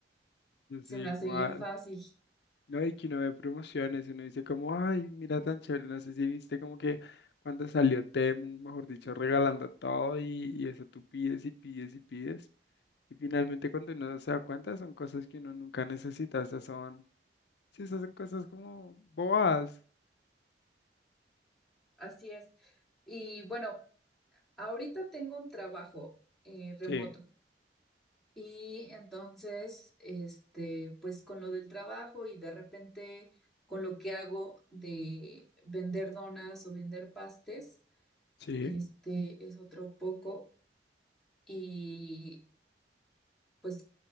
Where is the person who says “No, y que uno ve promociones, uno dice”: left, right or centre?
Left